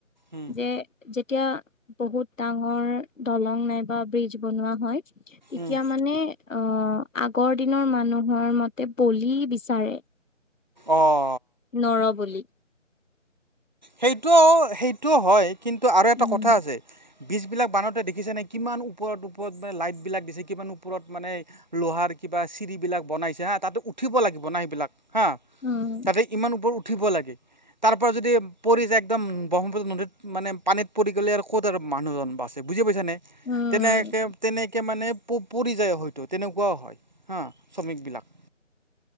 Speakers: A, on the right (about 35°); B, on the left (about 80°).
A: উম
B: যে যেতিয়া বহুত ডাঙৰ দলং নাইবা ব্ৰিজ বনোৱা হয় তেতিয়া
A: উম
B: মানে আহ আগৰ দিনৰ মানুহৰ মতে বলি বিচাৰে।
A: অহ'।
B: নৰ-বলি।
A: সেইটোও-সেইটোও হয় কিন্তু আৰু এটা
B: উম
A: কথা আছে বীজবিলাক বানওঁতে দেখিছেনে কিমান ওপৰত ওপৰত মানে লাইটবিলাক দিছে, কিমান ওপৰত মানে লোহাৰ কিবা চিৰিবিলাক বনাইছে হা, তাতে উঠিব লাগিব না সেইবিলাক। হাঁ
B: উম
A: তাতে ইমান ওপৰত উঠিব লাগে, তাৰ পৰা যদি পৰি যায় একদম ব্ৰহ্মপুত্ৰ নদীত, মানে পানীত পৰি গ'লে আৰু ক'ত আৰু মানুহজন বাছে বুজি পাইছ নে
B: উম
A: তেনেকে তেনেকে মানে প-পৰি যায় হয়তো তেনেকুৱাও হয় হা শ্ৰমিকবিলাক।